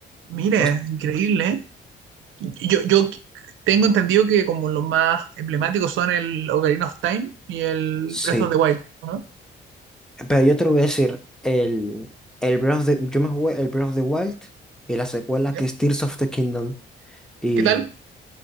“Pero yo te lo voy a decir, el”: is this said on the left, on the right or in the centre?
Centre